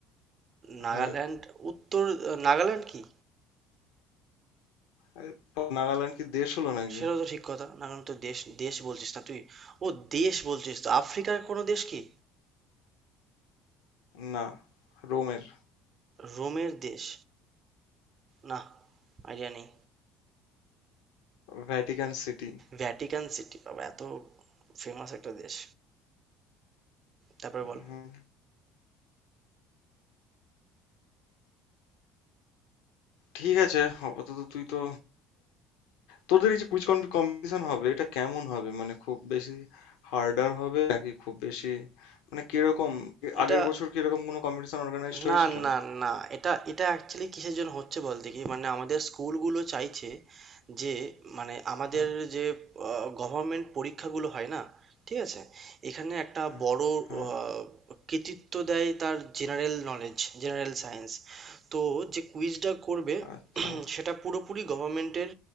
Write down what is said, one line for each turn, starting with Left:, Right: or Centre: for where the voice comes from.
Right: নাগাল্যান্ড
Left: হ্যাঁ
Right: উত্তর নাগাল্যান্ড কি
Left: আরে বাবা, নাগাল্যান্ড কি দেশ হলো নাকি
Right: সেটাও তো ঠিক কথা নাগাল্যান্ড তো দেশ দেশ বলছিস না তুই ও দেশ বলছিস তো আফ্রিকার কোনো দেশ কি
Left: না রোমের
Right: রোমের দেশ না আইডিয়া নেই
Left: Vatican city
Right: ভ্যাটিকান সিটি বাবা এত ফেমাস একটা দেশ তারপরে
Left: হুম
Right: বল
Left: ঠিক আছে আপাতত তুই তো তোদের এই যে কুইজ কম্পিটিশন হবে এটা কেমন হবে মানে খুব বেশি হার্ডার হবে নাকি খুব বেশি মানে কিরকম এ-
Right: এটা
Left: আগের বছর কিরকম কোনো কম্পিটিশন অর্গানাইজড হয়েছিল
Right: না না না এটা এটা অ্যাকচুয়ালি কিসের জন্য হচ্ছে বলতে কি মানে আমাদের স্কুলগুলো চাইছে যে মানে আমাদের
Left: হ্যাঁ
Right: যে গভর্নমেন্ট পরীক্ষাগুলো হয় না ঠিক আছে এখানে একটা
Left: হ্যাঁ
Right: বড়
Left: হ্যাঁ
Right: আহ, কৃতিত্ব দেয় তার জেনারেল নলেজ জেনারেল সায়েন্স তো যে কুইজটা করবে <clears throat>
Left: আচ্ছা
Right: সেটা পুরোপুরি গভর্নমেন্টের